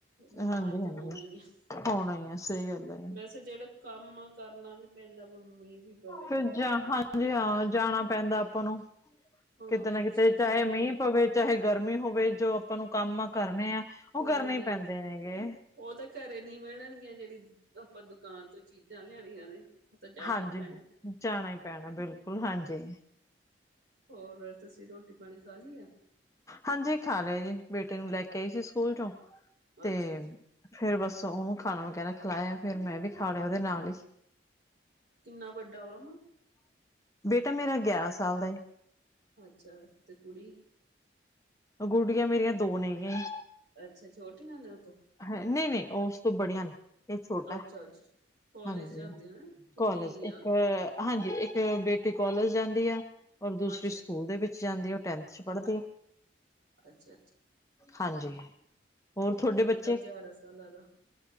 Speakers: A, on the right; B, on the left.
A: ਬਿਮਾਰ
B: ਹਾਂਜੀ
A: ਤਾਂ
B: ਹਾਂਜੀ
A: ਹੋਣਾ ਹੀ ਆ
B: ਹੋਣਾ ਹੀ ਆ ਸਹੀ ਗੱਲ ਹੈ
A: ਵੈਸੇ ਜਿਹੜਾ ਕੰਮ ਆ ਕਰਨਾ ਵੀ ਪੈਂਦਾ ਮੰਮੀ ਵੀ ਪਵੇ
B: ਫਿਰ
A: ਤਾਂ ਨਾ
B: ਜਾ ਹਾਂਜੀ ਹਾਂ ਜਾਣਾ ਪੈਂਦਾ ਆਪਾਂ ਨੂੰ।
A: ਹਾਂ
B: ਕਿਤੇ ਨਾ
A: ਕਈ
B: ਕਿਤੇ
A: ਚੀਜ਼ਾਂ
B: ਚਾਹੇ
A: ਲਿਆਉਣੀਆਂ
B: ਮੀਂਹ ਪਵੇ, ਚਾਹੇ ਗਰਮੀ ਹੋਵੇ, ਜੋ ਆਪਾਂ ਨੂੰ ਕੰਮ ਆ ਕਾਰਨੇ ਆ ਉਹ
A: ਲਿਆਉਣੇ
B: ਕਰਨੇ ਈ ਪੈਂਦੇ ਨੇ ਗੇ।
A: ਉਹ ਤਾਂ ਘਰੇ ਨੀ ਮਿਲਣਗੀਆਂ ਜਿਹੜੀ ਆਪਾਂ ਦੁਕਾਨ ਤੋਂ ਚੀਜ਼ਾਂ ਲੈਣੀਆਂ ਨੇ। ਉਹ ਤਾਂ ਜਾਣਾ
B: ਹਾਂਜੀ
A: ਹੀ ਪੈਣਾ
B: ਜਾਣਾ ਈ ਪੈਣਾ ਬਿਲਕੁਲ ਹਾਂਜੀ।
A: ਹੋਰ ਤੁਸੀਂ ਰੋਟੀ ਪਾਣੀ ਖਾ ਲਈ ਆ?
B: ਹਾਂਜੀ ਖਾ ਲਿਆ ਜੀ ਬੇਟੇ ਨੂੰ ਲੈ ਕੇ ਆਈ ਸੀ ਸਕੂਲ ਚੋਂ ਤੇ
A: ਅੱਛਾ ਜੀ
B: ਫੇਰ ਬਸ ਉਹਨੂੰ ਖਾਣਾ ਵਗੈਰਾ ਖਿਲਾਇਆ ਫੇਰ ਮੈਂ ਵੀ ਖਾ ਲਿਆ ਉਹਦੇ ਨਾਲ ਈ।
A: ਕਿੰਨਾ ਵੱਡਾ ਓਮ
B: ਬੇਟਾ ਮੇਰਾ ਗਿਆਰਾਂ ਸਾਲ ਦਾ ਏ।
A: ਅੱਛਾ, ਤੇ ਕੁੜੀ?
B: ਗੁੜੀਆਂ ਮੇਰੀਆਂ ਦੋ ਨੇ ਗੀਆ ਜੀ।
A: ਅੱਛਾ ਛੋਟੀਆਂ ਨੇ ਉਹ ਤੋਂ
B: ਹੈ ਨਹੀਂ ਨਹੀਂ ਉਸ ਤੋਂ ਬੜੀਆਂ ਨੇ ਏਹ ਛੋਟਾ ਐ।
A: ਅੱਛਾ ਅੱਛਾ ਕੋਲਜ
B: ਹਾਂਜੀ
A: ਜਾਂਦੇ ਆ ਕਿ
B: ਕੋਲਜ
A: ਨਹੀਂ
B: ਇੱਕ ਹਾਂਜੀ ਇੱਕ ਬੇਟੀ ਕੋਲਜ ਜਾਂਦੀ ਆ ਔਰ ਦੂਸਰੀ
A: ਅੱਛਾ
B: ਸਕੂਲ ਦੇ ਵਿੱਚ ਜਾਂਦੀ ਐ ਉਹ ਟੈਂਨਥ ਚ ਪੜ੍ਹਦੀ ਆ।
A: ਅੱਛਾ-ਅੱਛਾ।
B: ਹਾਂਜੀ ਹੋਰ ਥੋਡੇ
A: ਤੇ ਮੁੰਡਾ
B: ਬੱਚੇ
A: ਗਿਆਰਾਂ ਸਾਲਾਂ ਦਾ